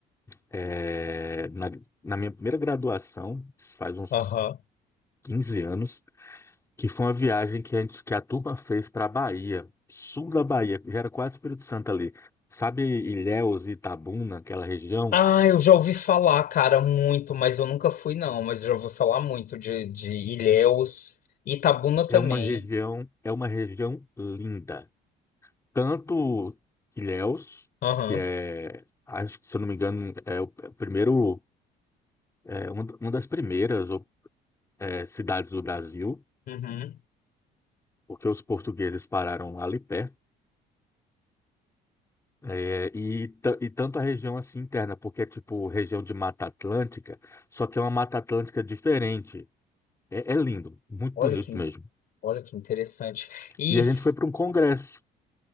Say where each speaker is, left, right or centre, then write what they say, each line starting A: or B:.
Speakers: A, on the left; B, on the left.
A: é, na, na minha primeira graduação, faz uns
B: Aham.
A: 15 anos, que foi uma viagem que a gente, que a turma fez para a Bahia, sul da Bahia, já era quase Espírito Santo ali. Sabe Ilhéus e Itabuna, aquela região?
B: Ah, eu já ouvi falar, cara, muito, mas eu nunca fui, não. Mas já ouvi falar muito de, de Ilhéus, Itabuna também.
A: É uma região, é uma região linda. Tanto Ilhéus,
B: Aham.
A: que é, acho que se eu não me engano, é o primeiro, é uma, uma das primeiras é, cidades do Brasil,
B: Uhum.
A: porque os portugueses pararam ali perto É, e, ta- e tanto a região assim interna, porque é tipo região de Mata Atlântica, só que é uma Mata Atlântica diferente. É, é lindo, muito
B: Olha
A: bonito
B: que,
A: mesmo.
B: olha que interessante. E,
A: E a
B: f-
A: gente foi para um congresso.